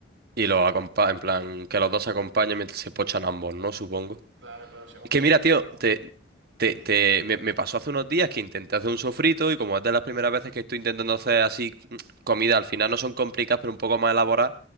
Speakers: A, on the right; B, on the right.
A: Y los acompa en plan, que los dos se acompañen mientras se pochan ambos, ¿no? Supongo.
B: Claro, claro, se van
A: Es que
B: pochando
A: mira, tío,
B: los dos.
A: te, te,
B: Ujú.
A: te- me, me pasó hace unos días que intenté hacer un sofrito y como es de las primeras veces que estoy intentando hacer así mm, comida, al final no son complicadas, pero un poco más elaboradas,